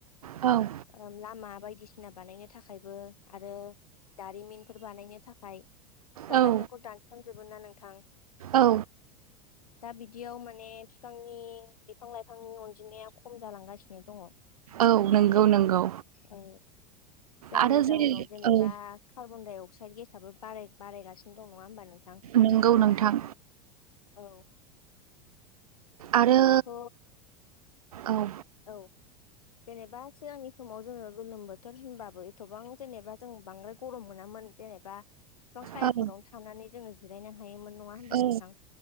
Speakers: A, on the right; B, on the left.
A: औ।
B: ओ लामा बायदिसिना बानायनो थाखायबो आरो दारिमिनफोर बानायनो थाखाय बिफां
A: औ
B: लाइफांखौ दानस्रांजोबो ना नोंथां?
A: औ
B: दा बिदियाव माने बिफांनि बिफां- लाइफांनि अनजिमाया खम जालांगासिनो दङ। <inaudible>
A: औ नंगौ- नंगौ।
B: औ जायनि
A: आरो
B: जाहोनाव
A: जेरै
B: जेनेबा
A: औ
B: कार्नडाइ अक्साइड गेसाबो बाराय- बारायगासिनों नङा होमबा नोंथां?
A: नोंगौ नोंथां।
B: औ।
A: आरो
B: दाथ'
A: औ
B: औ। जेनेबा सिगांनि समाव जोङो गोलोम बोथोर होनबाबो एथ'बां जेनेबा जों बांद्राय गरम मोनामोन। जेनेबा बिफां सायाफोरावनो
A: औ
B: थांनानै जोङो जिरायनो हायोमोन। नङा होमबा
A: औ
B: नोंथां?